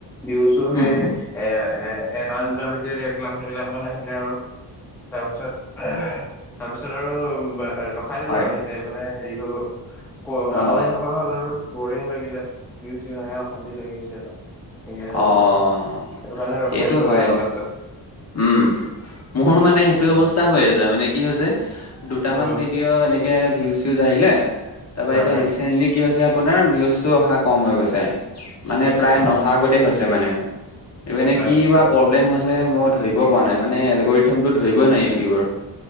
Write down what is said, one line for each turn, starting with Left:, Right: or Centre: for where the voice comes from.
Centre: ভিউচো হে
Left: উম
Centre: এই। এ এটাৰ, দুটাৰ ভিডিঅ'ত এক লাখ, দুই লাখ মান আহিলে আৰু। তাৰপিছত <unintelligible> তাৰপিছত আৰু উম ৰখাই দিলোঁ
Left: হয়
Centre: আৰু নিজে মানে হেৰি হৈ গ'ল আমনি
Left: অ'
Centre: থকা হ'ল আৰু বৰিং লাগিলে, ভিউ চিউ নাহে অশান্তি লাগে কেতিয়াবা। <unintelligible> তেনেকুৱা
Left: অ'
Centre: হয়, সেইটো কাৰণে ৰখাই
Left: সেইটো
Centre: দিলোঁগে
Left: হয়
Centre: আৰু লাষ্টত।
Left: উম, মোৰ মানে সেইটোয়ে
Centre: উম
Left: অৱস্থা হৈ আছে মানে কি হৈছে? দুটামান
Centre: উম
Left: ভিডিঅ' এনেকে ভিউজ - চিউজ আহিলে তাৰপা
Centre: হয়
Left: এতিয়া
Centre: হয়
Left: ৰিচেন্টলি কি হৈছ যে, আপোনাৰ ভিউজটো অহা কমহৈ গৈছে, মানে প্ৰায়
Centre: অ
Left: নহা আগতেই হৈছে মানে। এইপিনে কিবা
Centre: আচ্ছা
Left: প্ৰব্লেম হৈছে মোৰ ধৰিব পৰা নাই মানে এলগৰিথমটো ধৰিবই নোৱাৰি ইউটিউবৰ।